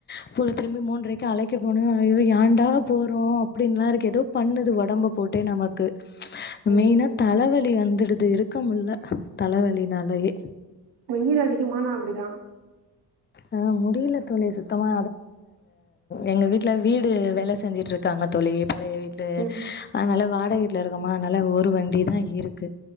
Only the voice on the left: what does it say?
ஸ்கூல் திரும்பி மூன்ரைக்கு அழைக்க போணுமே ஐயோ யாண்டா போறோ அப்படின்ல இருக்கு ஏதோ பண்ணுது ஒடம்பு போட்டே நமக்கு
மெயினா தலவலி வந்துடுது இருக்கு தாங்கமுடில தலைவலினாலயே
ஆ முடியல தோழி சுத்தமா எங்க வீட்டுல வீடு வேலை செஞ்சுட்டு இருக்காங்க தோழி பழைய வீட்டு
அதனால வாடகைவீட்டுல இருக்கொமா அதனால ஒரு வண்டி தா இருக்கு